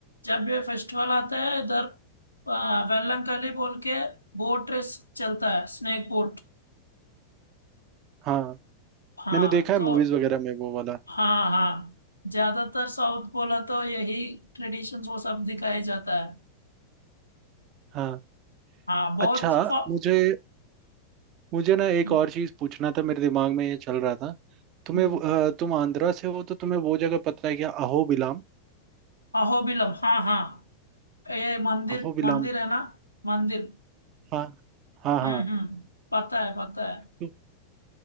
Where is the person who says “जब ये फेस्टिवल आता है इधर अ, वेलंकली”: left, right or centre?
Left